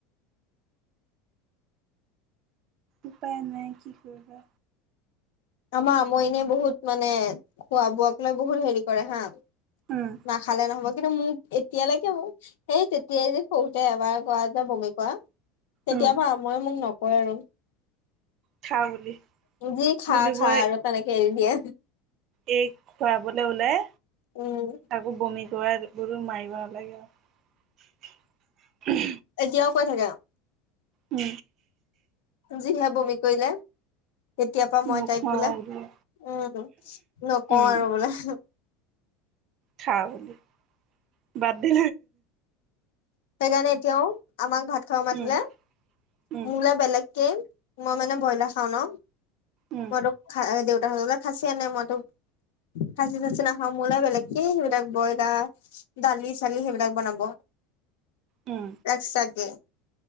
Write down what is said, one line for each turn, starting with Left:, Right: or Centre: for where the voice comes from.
Right: উপায় নাই কি কৰিবা।
Left: আমাৰ আমৈনীয়ে বহুত মানে খোৱা বোৱাক লৈ বহুত হেৰি কৰে হা
Right: উম
Left: নাখালে নহ'ব কিন্তু মোৰ। এতিয়ালৈকে মোৰ সেই তেতিয়াই যে সৰুতে এবাৰ কৰা যে বমি কৰা। তেতিয়াবা
Right: উম
Left: মই মোক নকয়। আৰু
Right: খা বুলি
Left: যি খা
Right: বুলিবই
Left: খা আৰু তেনেকে এৰি দিয়ে।
Right: এই খুৱাবলৈ ওলাই
Left: উম
Right: আকৌ বমি কৰে। গৰু মাৰিব নালাগে আৰু
Left: এতিয়াও কৈ থাকে। আৰু
Right: উম
Left: জি হা বমি কৰিলে। তেতিয় পৰা মই
Right: নোখোৱাও
Left: তাইক বোলে
Right: বোলো
Left: উম নকওঁ
Right: উম
Left: আৰু বোলো।
Right: খা বুলিলে বাদ দি
Left: সেইকাৰণে এতিয়াও আমাক ভাত খাব মাতিলে
Right: উম উম
Left: ম বেলেগকে মই মানে ব্ৰইলাৰ খাওঁ ন
Right: উম
Left: মই তোক দেউতাত খাচি আনে মইতো খাচি ছাচি নাখাওঁ মোলৈ বেলেগ কি সেইবিলাক বইলা। দালি চালি সেইবিলাক বনাব।
Right: উম
Left: এক চাকে